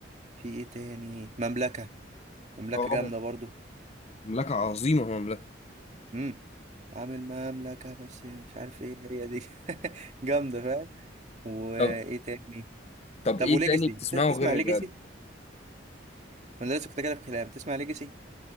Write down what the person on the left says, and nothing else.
اه
مملكة عظيمة مملكة
طب
طب
ايه
تاني بتسمعه
غير
الراب